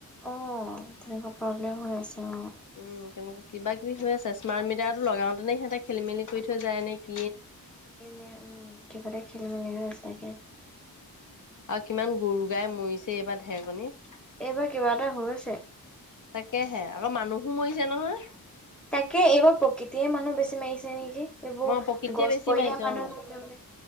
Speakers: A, in the centre; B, on the left.
A: অ তেনেকুৱা প্ৰব্লেম হৈ আছে। অ
B: উম কেনেকুৱা কিবা কিবি
A: তাকে
B: হৈ আছে স্মাৰ্ট মিটাৰটো
A: কিবা
B: লগাওতেনে সিহঁতে। খেলি মেলি কৰি থৈ যায় এনেকৈ।
A: কি ন উম কিবাটা খেলি মেলি চাগে।
B: আৰু কিমান গৰু গাই মৰিছে এইবাৰ ঢেৰকনিতত।
A: এইবাৰ কিবা এটা হৈছে
B: তাকেহে আকৌ মানুহো মৰিছে নহয়।
A: তাকে এইবাৰ প্ৰকৃৃত। ধেই মানুহ বেছি মাৰিছে নেকি। এইবোৰ
B: অ, প্ৰকৃতিয়ে
A: গছ
B: বেছি
A: পৰিহে
B: মাৰিছে
A: মানুহ
B: অ,
A: মৰিলে মানে